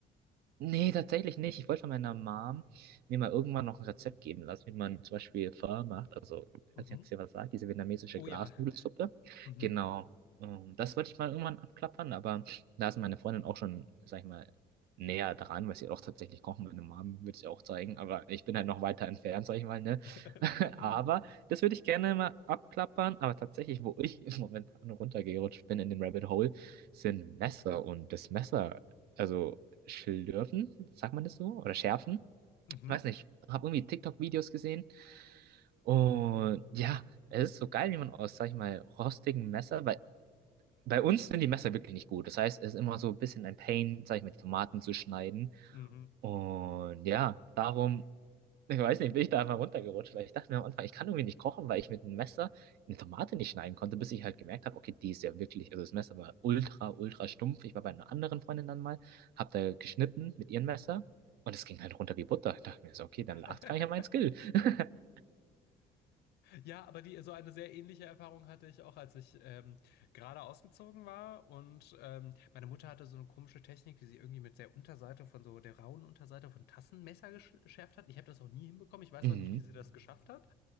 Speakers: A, on the right; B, on the left.
A: Nee, tatsächlich nicht. Ich wollte von meiner Mom mir mal irgendwann noch ein Rezept geben lassen, wie man zum Beispiel Pho macht. Also, ich
B: Mhm.
A: weiß nicht, ob es dir was sagt, diese vietnamesische
B: Oh
A: Glasnudelsuppe.
B: ja. Mhm.
A: Genau. Ähm, das wollte ich mal irgendwann abklappern, aber da ist meine Freundin auch schon, sag ich mal, näher dran, weil sie auch tatsächlich kochen. Meine Mom würde es ihr auch zeigen, aber ich bin halt noch weiter entfernt, sag ich mal, ne?
B: <laughs>
A: <laughs> Aber das würde ich gerne mal abklappern. Aber tatsächlich, wo ich <laughs> im Moment runtergerutscht bin in den Rabbit Hole, sind Messer und das Messer. Also schlürfen, sagt man das so? Oder schärfen?
B: Mhm.
A: Weiß nicht, habe irgendwie TikTok-Videos gesehen. Und ja, es ist so geil, wie man aus, sag ich mal, rostigem Messer, weil bei uns sind die Messer wirklich nicht gut. Das heißt, es ist immer so ein bisschen ein Pain, sag ich mal, die Tomaten zu schneiden.
B: Mhm.
A: Und ja, darum ich weiß nicht, bin ich da einfach runtergerutscht, weil ich dachte mir am Anfang, ich kann irgendwie nicht kochen, weil ich mit einem Messer eine Tomate nicht schneiden konnte, bis ich halt gemerkt habe, okay, die ist ja wirklich, also das Messer war ultra, ultra stumpf. Ich war bei einer anderen Freundin dann mal, hab da geschnitten mit ihrem Messer und es ging halt runter wie Butter. Ich dachte mir so, okay, dann
B: <laughs>
A: lag es gar nicht an meinem Skill. <laughs>
B: Ja, aber die, so eine sehr ähnliche Erfahrung hatte ich auch, als ich ähm, gerade ausgezogen war. Und ähm, meine Mutter hatte so eine komische Technik, wie sie irgendwie mit der Unterseite von so der rauen Unterseite von Tassenmesser gesch- geschärft hat. Ich habe das auch nie hinbekommen. Ich weiß
A: Mhm,
B: auch nicht, wie sie das geschafft hat.